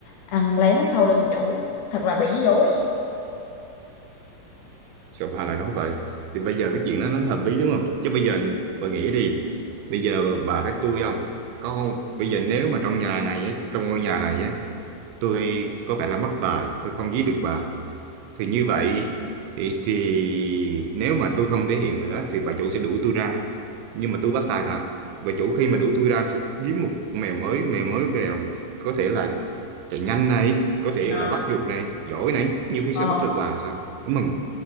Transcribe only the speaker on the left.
ăn lén sau lưng chủ thật là bỉ dối
Ờ,
ờ,